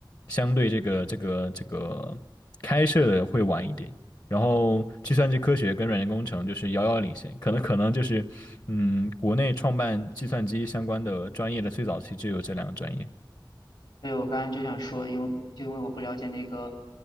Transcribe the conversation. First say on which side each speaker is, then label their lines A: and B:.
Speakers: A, on the left (about 50°); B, on the left (about 85°).
A: 相对这个这个这个开设的会晚一点。然后，计算机科学跟软件工程就是遥遥领先，可能可能就是，嗯，国内创办计算机相关的专业的最早期只有这两个专业。
B: 对，我刚刚就想说，因为就因为我不了解那个